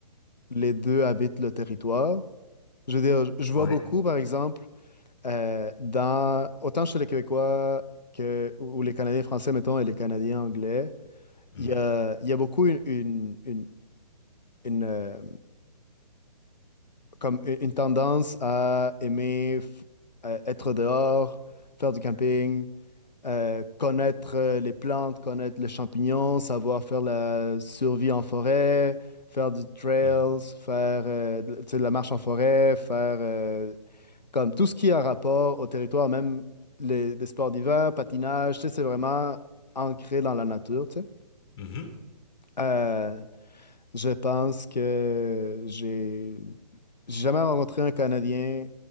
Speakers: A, on the left; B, on the left.
A: les deux habitent le territoire. Je veux dire, je je vois
B: Ouais.
A: beaucoup, par exemple, euh, dans, autant chez les Québécois que, ou ou les Canadiens français, mettons, et les Canadiens anglais,
B: Mhm,
A: il y a, il y a beaucoup une, une, une- une, euh, comme une une tendance à aimer f- euh, être dehors, faire du camping euh, connaître euh, les plantes, connaître les champignons, savoir faire la survie en forêt, faire du trails,
B: mhm,
A: faire euh, de tu sais, de la marche en forêt, faire euh, comme tout ce qui a rapport au territoire, même les, des sports d'hiver, patinage, tu sais, c'est vraiment ancré dans la nature, tu sais.
B: mhm.
A: Euh, je pense que j'ai j'ai jamais rencontré un Canadien